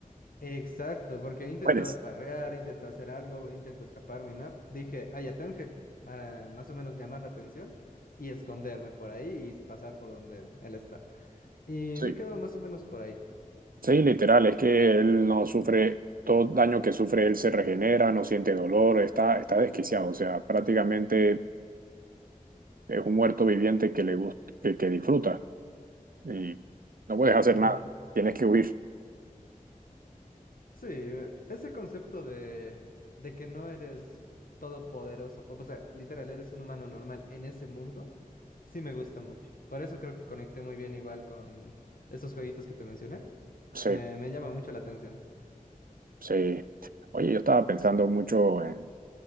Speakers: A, on the left; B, on the right.
A: exacto, porque he intentado
B: Mueres.
A: parrear, he intentado hacer algo, he intentado escaparme, ¿no? Dije, ah, ya tengo que ah, más o menos llamar la atención y esconderme por ahí y pasar por donde él está. Y
B: Sí.
A: me he quedado más o menos por ahí.
B: Sí, literal, es que él no sufre, todo daño que sufre él se regenera, no siente dolor, está, está desquiciado, o sea, prácticamente es un muerto viviente que le gusta, que, que disfruta y no puedes hacer
A: Uy.
B: nada, tienes que huir.
A: Sí, eh, ese concepto de, de que no eres todopoderoso, o sea, literal, eres un humano normal en ese mundo, sí me gusta mucho. Por eso creo que conecté muy bien igual con esos jueguitos que te mencioné.
B: Sí,
A: Me, me llama mucho la atención.
B: sí. Oye, yo estaba pensando mucho en,